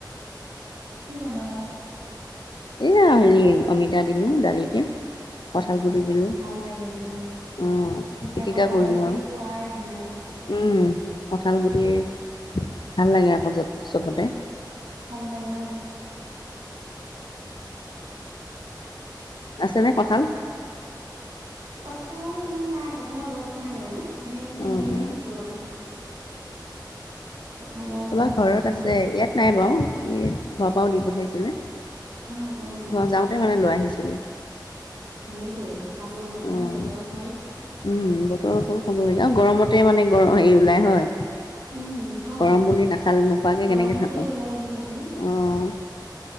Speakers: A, on the right; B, on the left.
A: কি বনালা।
B: এয়া হেৰি অমিতা দিলো দালিতে। কঁঠাল
A: অ'
B: গুটি
A: অ',
B: দিলোঁ
A: ভাল লাগে দিয়া অ,
B: অঁ
A: এতিয়া
B: পিটিকা
A: কঠাল
B: কৰিলোঁ
A: গুটি
B: আৰু
A: খোৱয়ে দিন আৰু।
B: উম, কঁঠাল গুটিয়ে, ভাল লাগে আকৌ য'ত চবতে।
A: ভাল লাগে অ।
B: আছেনে কঁঠাল?
A: কঠাল আমাৰ নাই। কঠালৰ গছ নাই বাৰু এনেই কিনি
B: অঁ
A: আনিয়ে
B: অঁ
A: খাব লগা হয়। কঁঠালৰ
B: আমাৰ
A: গছ
B: ঘৰত
A: নাই
B: আছে ইয়াত নাই বাউ, এই ঘৰৰ পৰাও দি পঠাইছিলে,
A: অ', অ',
B: ঘৰ যাওঁতে মানে লৈ আহিছিলোঁ।
A: ভালে কৰিছা খাবও লাগে
B: অঁ
A: বতৰৰ ফল।
B: উম বতৰৰ ফল খাব লাগে। অ গৰমতে মানে গৰ হেৰি ওলাই হয়।
A: উম, অ',
B: গৰম বুলি নাখাল নোখোৱাকে
A: গৰমতে
B: কেনেকে থাকো। অহ।
A: ওলাই যিহেতু।